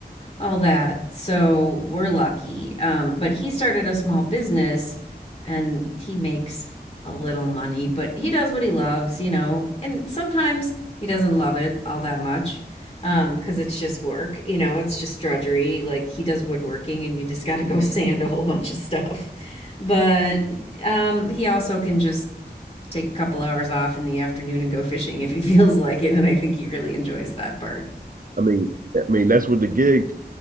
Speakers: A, on the left (about 35°); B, on the right (about 55°).
A: all that. So we're lucky. Um, but he started a small business and he makes a little money, but he does what he loves, you know, and sometimes he doesn't love it all that much. Um, because it's just work, you know, it's just drudgery. Like he does woodworking and you just got to go <laughs> sand a whole bunch of stuff. But um, he also can just take a couple hours off in the afternoon and go fishing if he <laughs> feels like it. And I think he really enjoys that part.
B: I mean, I mean that's what the gig